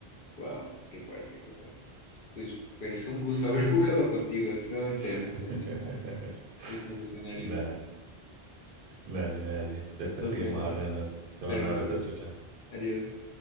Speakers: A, on the left (about 65°); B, on the right (about 60°).
A: Wow, qué fuerte, qué fuerte. Pues, pues un gusto haber <laughs> jugado contigo. Estaba interesante
B: <laughs>
A: el pensar estos escenarios.
B: Dale, dale, dale. Después
A: Nos
B: seguimos
A: vemos.
B: hablando. Te
A: Claro
B: mando un
A: que
B: abrazo,
A: sí.
B: chao, chao.
A: Adiós.